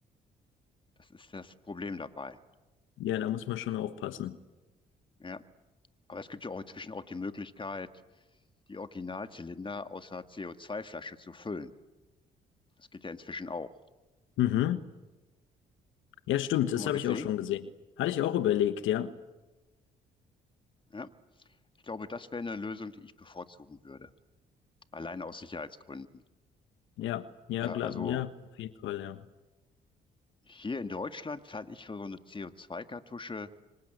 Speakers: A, on the left; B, on the left.
A: Das ist das Problem dabei.
B: Ja, da muss man schon aufpassen.
A: Ja, aber es gibt ja auch inzwischen auch die Möglichkeit, die Originalzylinder aus einer CO2-Flasche zu füllen. Das geht ja inzwischen auch.
B: Mhm. Ja, stimmt,
A: Schon
B: das
A: mal
B: habe
A: gesehen?
B: ich auch schon gesehen. Hatte ich auch überlegt, ja.
A: Ja. Ich glaube, das wäre eine Lösung, die ich bevorzugen würde. Allein aus Sicherheitsgründen.
B: Ja, ja,
A: Äh, also
B: klar, ja, auf jeden Fall, ja.
A: hier in Deutschland zahle ich für so eine CO2-Kartusche